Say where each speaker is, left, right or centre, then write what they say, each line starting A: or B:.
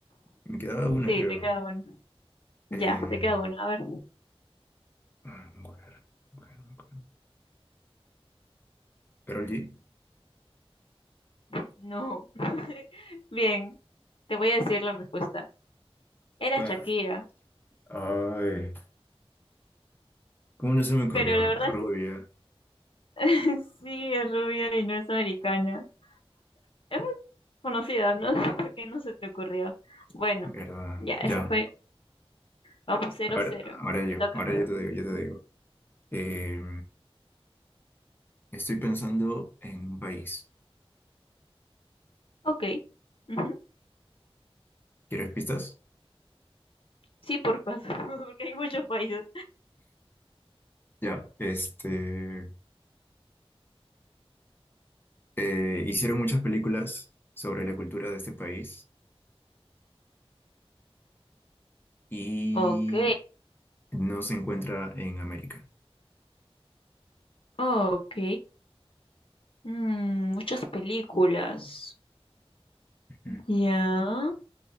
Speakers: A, on the left (about 20°); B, on the left (about 60°).
A: me quedaba una,
B: Sí,
A: creo.
B: te queda una. Ya,
A: Eh,
B: te queda una. A ver.
A: ah, mujer, mujer, mujer. Karol G.
B: <laughs> No. <laughs> Bien, te voy a decir la respuesta. Era
A: Ah,
B: Shakira,
A: Ay, ¿cómo no se me ocurrió?
B: pero la verdad
A: Rubia,
B: es que <laughs> sí es rubia y no es americana. Es muy conocida, no <laughs> sé por qué no se te ocurrió. Bueno,
A: ¿verdad?
B: ya, eso
A: Ya,
B: fue. Vamos, cero
A: a ver,
B: cero
A: ahora yo,
B: Te toca.
A: ahora yo te digo, yo te digo. Eh, Estoy pensando en un país.
B: Ok. ujú.
A: ¿Quieres pistas?
B: Sí, por favor, <laughs> porque hay muchos países.
A: Ya, este, eh, hicieron muchas películas sobre la cultura de este país y
B: Ok,
A: no se encuentra en América.
B: ok. Mm, muchas películas.
A: Ujú.
B: Ya.